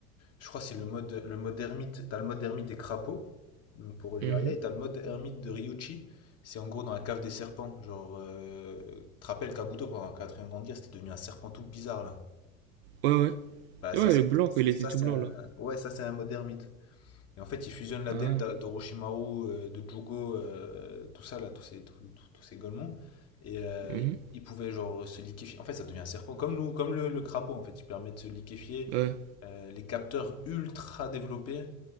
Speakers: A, on the left; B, on the right.
A: Je crois que c'est le mode, le mode ermite. T'as le mode ermite des crapauds, donc pour Ogeria,
B: Mhm.
A: et t'as le mode ermite de Ryuchi. C'est en gros dans la cave des serpents. Genre, euh, tu te rappelles Kabuto pendant la quatrième grande guerre, c'était devenu un serpent tout bizarre là.
B: Ouais, ouais.
A: Bah ça
B: Ouais,
A: c'est
B: le blanc,
A: ça
B: quoi, il était tout
A: c'est
B: blanc,
A: un
B: là.
A: ouais ça c'est un mode ermite. Et en fait ils fusionnent la
B: Ah,
A: l'ADN d'A- d'Orochimaru, euh, de Jugo, euh, tout ça là, tous ces tous, tous- tous ces golemons. Et euh,
B: mhm.
A: ils, ils pouvaient genre se liquéfier. En fait ça devient un serpent comme nous, comme le, le crapaud en fait. Il permet de se liquéfier.
B: Ouais.
A: Euh, les capteurs ultra développés.